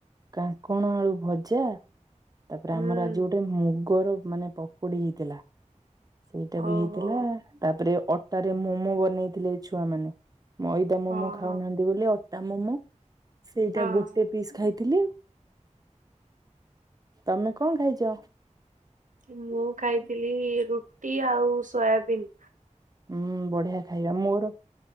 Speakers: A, on the right; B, on the right.
A: କାଙ୍କଣ ଆଳୁ ଭଜା। ତାପରେ
B: ହୁଁ
A: ଆମର ଆଜି ଗୋଟେ ମୁଗର ମାନେ ପକୋଡି ହେଇଥିଲା। ସେଇଟା ବି
B: ଓହୋ
A: ହେଇଥିଲା ତାପରେ ଅଟ ରେ ମୋମୋ ବନେଇଥିଲେ ଛୁଆମାନେ। ମଇଦା ମୋମୋ
B: ହଁ
A: ଖାଉନାହାନ୍ତି
B: ହଁ
A: ବୋଲି ଅଟା ମୋମୋ। ସେଇଟା
B: ହଁ।
A: ଗୋଟେ ପିସ୍ ଖାଇଥିଲି ତମେ କଣ ଖାଇଛ?
B: ମୁଁ ଖାଇଥିଲି ରୁଟି ଆଉ ସୋୟାବିିନ।
A: ହୁଁ ବଢିଆ ଖାଇବା ମୋର